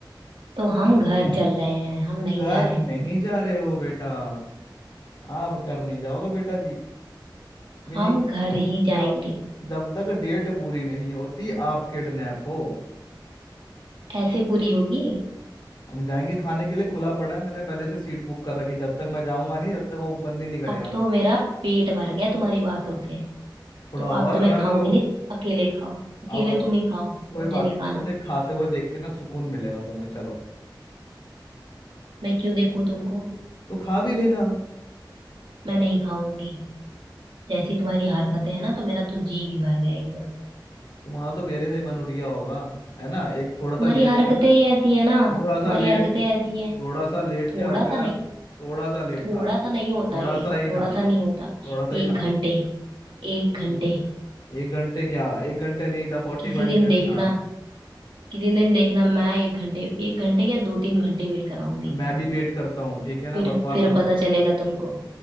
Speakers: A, on the right; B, on the left.
A: तो हम घर चल रहे हैं हम नहीं
B: घर
A: जा रहे
B: नहीं
A: हैं
B: जा रहे हो बेटा आप आप घर नहीं जाओगे बेटा जी यही
A: हम घर ही जाएंगे
B: जब जब तक डेट पूरी नहीं होती आप किडनैप हो
A: ऐसे पूरी होगी
B: हम जाएंगे खाने के लिए खुला पड़ा है मैंने पहले से सीट बुक कर रखी जब तक मैं जाऊंगा नहीं जब तक वो बंद ही नहीं करेगा
A: अब तो मेरा पेट भर गया तुम्हारी बातों से
B: थोड़ा
A: तो
B: और
A: अब तो मैं
B: भर
A: खाऊंगी
B: लो
A: नहीं अकेले खाओ अकेले
B: अब अस-
A: तुम ही खाओ
B: कोई
A: मुझे
B: बात
A: नहीं
B: नहीं
A: खाना
B: मुझे खाते हुए देख के ना सुकून मिलेगा तुम्हें चलो
A: मैं क्यों देखूं तुमको
B: तो खा भी लेना
A: मैं नहीं खाऊंगी जैसी तुम्हारी हरकतें है ना तो मेरा तो जी भी भर गया एकदम से
B: तुम्हारा तो मेरे से ही मन उठ गया होगा है ना एक थोड़ा
A: तुम्हारी
B: सा लेट
A: हरकतें
B: क्या
A: ही ऐसी है ना
B: थोड़ा सा
A: तुम्हारी
B: लेट
A: हरकतें
B: क्या
A: ऐसी हैं
B: थोड़ा सा लेट
A: थोड़ा
B: क्या हो गया
A: सा नहीं
B: थोड़ा सा लेट
A: थोड़ा
B: था
A: सा नहीं होता
B: थोड़ा
A: ये
B: सा ही
A: थोड़ा
B: था
A: सा नहीं होता
B: थोड़ा सा ही
A: एक
B: था
A: घंटे एक
B: एक
A: घंटे
B: घं- एक घंटे क्या एक घंटे नहीं था फोर्टी
A: किसी
B: फाइव
A: दिन
B: मिनट
A: देखना
B: था
A: किसी दिन देखना मैं एक घंटे एक घंटे या दो तीन घंटे वेट कराऊंगी
B: अब मैं भी वेट करता हूँ ठीक है ना
A: फिर
B: बकवास
A: फिर
B: मत
A: पता
B: करो
A: चलेगा तुमको